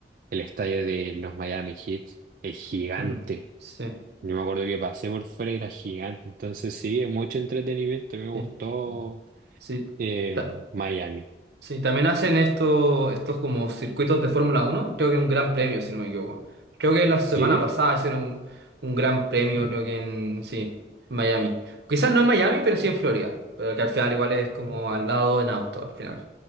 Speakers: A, on the right; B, on the right.
A: el estadio de los Miami Heat es gigante.
B: mm, sí,
A: Yo me acuerdo que pasé por fuera y era gigante. Entonces sí, es mucho entretenimiento. Me gustó
B: sí, sí.
A: eh,
B: Ta-
A: Miami.
B: Sí, también hacen esto, estos como circuitos de Fórmula Uno. creo que un gran premio, si no me equivoco. Creo que la semana
A: Sí.
B: pasada hicieron un, un gran premio, creo que en, sí, en Miami. Quizás no en Miami, pero sí en Florida, pero que al final igual es como al lado en auto, al final.